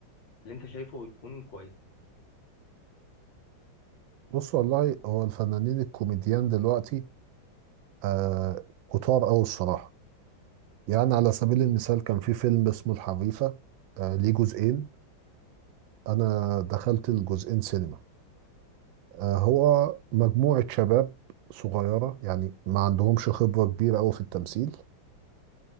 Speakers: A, on the left; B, on the right.
A: اللي أنت شايفه يكون كويس
B: بص والله هو الفنانين الكوميديان دلوقتي آه كتار أوي الصراحة يعني على سبيل المثال كان في فيلم اسمه الحريفة آه ليه جزئين أنا دخلت الجزئين سينما آه هو مجموعة شباب صغيرة يعني ما عندهمش خبرة كبيرة أوي في التمثيل